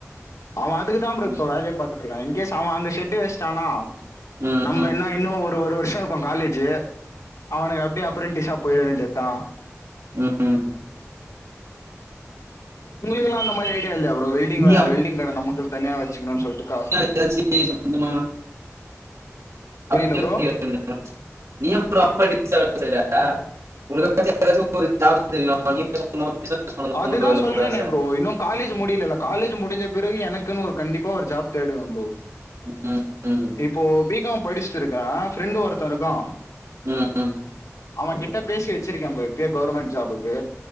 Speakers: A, on the left; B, on the right.
A: அவ அதுக்குதா ப்ரோ இப்ப
B: ம்.
A: வேலயே பாத்துட்ருக்கா இன்கேஸ் அவ அங்க ஷெட்டு் வெச்டானா
B: ம்,
A: நம்ம என்னா இன்னு ஒரு ஒரு வருஷோ இருக்கோ காலேஜு அவனுக்கு அப்டியே அப்ரெண்டிஸா போயிட வேண்டியதா
B: உம் உம்
A: உங்குளுகுலா அந்த மாரி ஐடியா இல்லியா ப்ரோ வெல்டிங்வே
B: நீ
A: வெல்டிங் கட நமக்குன் தனியா வெச்சுகுனுன் சொல்ட்டு க
B: எதாச்சி சொந்தமா <unintelligible>
A: புரியல ப்ரோ
B: <unintelligible> நீ ஏ ப்ரோ அப்ரென்டிஸா வேல செய்ற <inaudible> எதாச்சு ஜாபு தெரியு <unintelligible>
A: அதுதா சொல்றேனே ப்ரோ இன்னு காலேஜ் முடிலல்ல காலேஜ் முடிஞ்ச பிறகு எனக்குனு ஒரு கண்டிப்பா ஒரு ஜாப் தேடுவேம் ப்ரோ
B: ம் ம்
A: இப்போ பிகாம் படிச்ட்ருக்கே ஃப்ரெண்டு ஒருத்த இருக்கா
B: ம்
A: அவ கிட்ட பேசி வெச்சிருக்கேம் ப்ரோ இப்யே கவுர்மெண்ட் ஜாபுக்கு